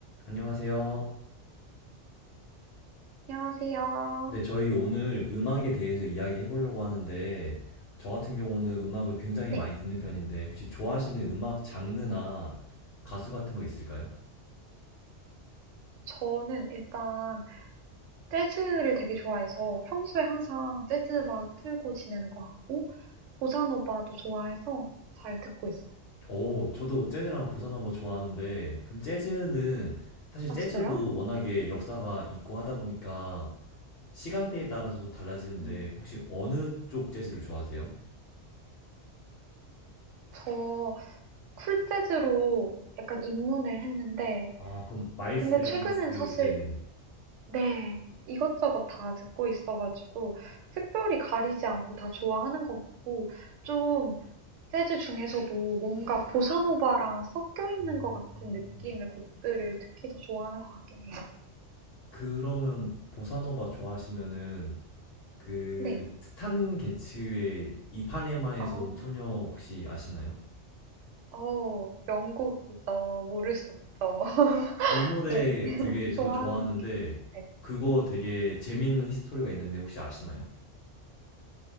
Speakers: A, on the left; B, on the right.
A: 안녕하세요.
B: 안녕하세요.
A: 네, 저희 오늘 음악에 대해서 이야기해 보려고 하는데, 저 같은 경우는 음악을 굉장히
B: 네,
A: 많이 듣는 편인데, 혹시 좋아하시는 음악 장르나 가수 같은 거 있을까요?
B: 저는 일단 재즈를 되게 좋아해서 평소에 항상 재즈 음악 틀고 지내는 것 같고 보사노바도 좋아해서 잘 듣고 있어요.
A: 오, 저도 재즈랑 보사노바 좋아하는데, 그럼 재즈는, 사실
B: 아,
A: 재즈도
B: 진짜요?
A: 워낙에
B: 네, 네.
A: 역사가 있고 하다 보니까, 시간대에 따라서도 달라지는데,
B: 음,
A: 혹시 어느 쪽 재즈를 좋아하세요?
B: 저 쿨 재즈로 약간 입문을 했는데
A: 아, 그럼 마일스
B: 근데
A: 데이비스,
B: 최근엔 사실
A: 네네.
B: 네, 이것저것 다 듣고 있어가지고 특별히 가리지 않고 다 좋아하는 것 같고 좀 재즈 중에서도 뭔가 보사노바랑 섞여 있는
A: 음.
B: 것 같은 느낌의 곡들을 특히 더 좋아하는 것 같긴 해요.
A: 그러면 보사노바 좋아하시면은 그
B: 네,
A: 스탄 게츠의 이파네마에서
B: 어,
A: 온 소녀 혹시 아시나요?
B: 어, 명곡이죠. 모를 수 없죠. <laughs>
A: 그 노래
B: 네, <laughs>
A: 되게
B: 좋아하는
A: 저도 좋아하는데
B: 곡 같아요.
A: 그거 되게 재밌는 히스토리가 있는데 혹시 아시나요?